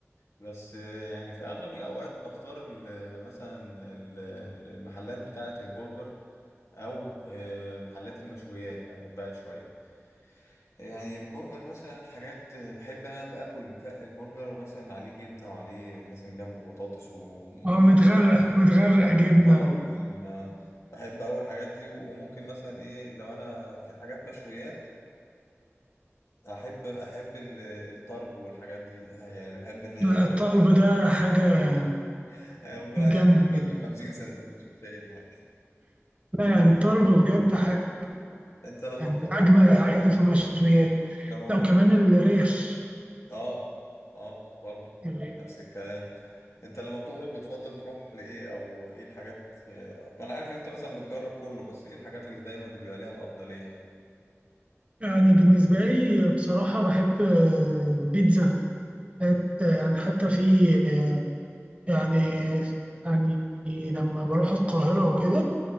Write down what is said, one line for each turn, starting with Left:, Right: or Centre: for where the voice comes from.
Left: بس آه، يعني في اغلب الاوقات بختار ال- مثلا ال- المحلات بتاعه البرجر او آه، محلات المشويات بحبها شويه يعني البرجر مثلا حاجات بحب انا ابقى اكل ف- البرجر ومثلا عليه جبنه وعليه مثلا جنبه بطاطس و
Right: اه متغرق متغرق جبنه
Left: اه
Right: و...
Left: يعني ما- بحب اول الحاجات دي وممكن مثلا ايه لو انا في حاجات مشويات احب احب ال- الطرب والحاجات دي يعني بحب ان هي
Right: لا
Left: لو-
Right: الطرب ده حاجه
Left: <laughs> ممكن واحد
Right: الجنه
Left: ياكل
Right: كده
Left: منه 50 سندوتش مش عايزها
Right: لا يعني الطرب بجد حاجة
Left: انت لما
Right: يعني
Left: بتخرج
Right: من أجمل الحاجات في المشويات
Left: لما بتخرج
Right: لا وكمان الريش
Left: اه اه برضو
Right: الريش.
Left: نفس الكلام انت لما بتخرج بتفضل تروح لايه او ايه الحاجات يعني انا عارف ان انت مثلا بتجرب كله بس ايه الحاجات اللي دايما بيبقى ليها الافضلية يعني
Right: يعني بالنسبة لي بصراحة بحب آه، بيتزا حت- يعني حتى في آه، يعني يعني لما بروح القاهرة وكده